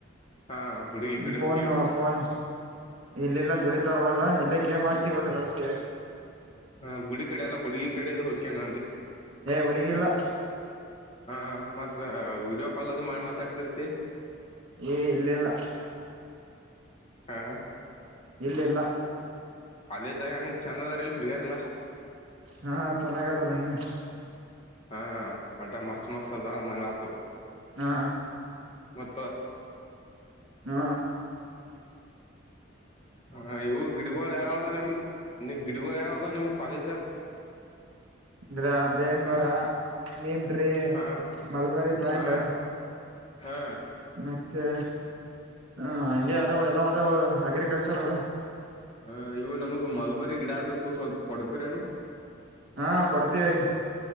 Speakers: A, on the left; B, on the right.
A: ಹಾ ಹುಡುಗಿ ಕಡೆ
B: ಫೋನ್
A: ಹೋಗ್ಯನ್
B: ಫೋನ್ ಇಲ್ಲಿಲ್ಲ ಗಡಿತಾವಲ್ಲಾ ಇಲ್ಲ ಗೇಮ್ ಆಡ್ತಿ ಹೊಡ್ರಲ್ಲ ಸೇರಿ
A: ಹ ಗುಡಿ ಕಡೆ ಎಲ್ಲಾ ಹುಡುಗಿ ಕಡೆದು ಹೋಗಕ್ಯನೆ ನಗೆ
B: ಏ ಹುಡುಗಿಲ್ಲ
A: ಹಾ ಮತ್ತ ವಡಿಯೋ ಕಾಲ್ ಅದು ಮಾಡಿ ಮಾತಾಡ್ತಿರ್ತಿ
B: ಏ ಇಲ್ಲಿಲ್ಲ
A: ಹಾ
B: ಇಲ್ಲಿಲ್ಲ
A: ಅಲ್ಲೇ ಜಾಗ ಹೆಂಗಗೆ ಚಂದ ಅದಾರ ಇಲ್ಲಿ ಹುಡ್ಗರೆಲ್ಲಾ
B: ಹಾ ಚೆನ್ನಾಗತರಂಗಗೆ
A: ಹಾ ಮಟ್ಟೆ ಮಸ್ತ್ ಮಸ್ತ್ ಅದಾರ ನಂಗ ಆತ
B: ಹಾ
A: ಮ
B: ಹ್ಮ
A: ಹಾ ಇವು ಗಿಡಗಳು ಯಾವ್ದ ನಿಮ ನಿ ಗಿಡಗಳು ಯಾವ್ದ ನಿಮ ಕಾಲೇಜ್ದಾಗ
B: ಅ್ರ ಬೇನ್ ಮರ ನಿಮ ಟ್ರಿ
A: ಹಾ
B: ಮಲ್ಬಾರಿ ಪ್ಲಾಂಟ್
A: ಹಾ ಹಾ
B: ಮತ್ತೆ ಹ ಹಗೆ ಅದಾವ ಎಲ್ಲಾವದ ಅಗ್ರಿಕಲ್ಚರ್ಲ್ಲ
A: ಹಾ ಇವು ನಮಗ್ ಮಲ್ಬರಿ ಗಿಡ ಬೇಕು ಸ್ವಲ್ಪ ಕೊಡ್ತಿರೇನು
B: ಹಾ ಕೊಡ್ತೀಯ